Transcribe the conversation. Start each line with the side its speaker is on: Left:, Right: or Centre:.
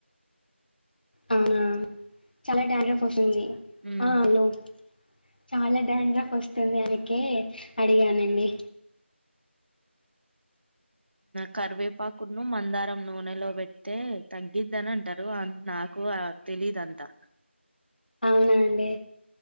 Left: అవునా చాలా డాండ్రఫ్ అసుతుంది
Right: ఉమ్
Left: ఆ హలో చాలా డాండ్రఫ్ అస్తుతుంది అందుకే అడిగానండి
Right: కరివేపాకును మందారం నూనెలో పెడితే తగ్గిద్దని అంటారు అ నాకు తెలిదంతా
Left: న అండి